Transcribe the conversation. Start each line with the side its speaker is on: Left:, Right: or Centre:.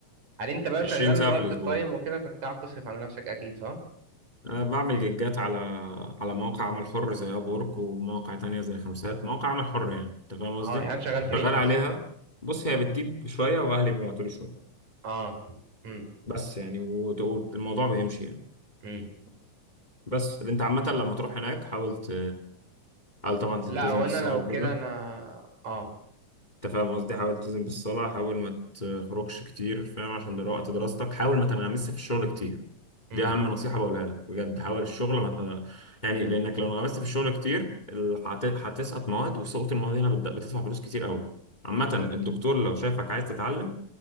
Right: هل انت بقى
Left: 20
Right: شغال
Left: ساعة
Right: بارت
Left: في الأسبوع
Right: التايم وكده فانت قاعد تصرف على نفسك اكيد صح؟
Left: أنا بعمل جيجات على على مواقع عمل حر زي أب وورك ومواقع تانية زي خمسات مواقع عمل حر يعني أنت فاهم قصدي؟
Right: اه يعني أنت شغال
Left: شغال
Right: فريلانس
Left: عليها
Right: <laughs>
Left: بص هي بتجيب شوية وأهلي بيبعتولي شوية
Right: اه امم
Left: بس يعني وت- والموضوع بيمشي يعني
Right: امم
Left: بس اللي أنت عامة لما تروح هناك حاول ت- حاول طبعا تلتزم
Right: لا وانا
Left: بالصلاة
Right: لو
Left: وكده
Right: كده انا اه
Left: انت فاهم قصدي حاول تلتزم بالصلاة حاول ما تخرجش كتير فاهم عشان ده وقت دراستك حاول ما تنغمسش في الشغل كتير
Right: امم
Left: دي أهم نصيحة بقولها لك بجد حاول الشغل ما ت- يعني لأنك لو انغمست في الشغل كتير ال- هت- هتسقط مواد وسقوط المواد هنا بت- بتدفع فلوس كتير قوي عامة
Right: بجد
Left: الدكتور لو شافك عايز تتعلم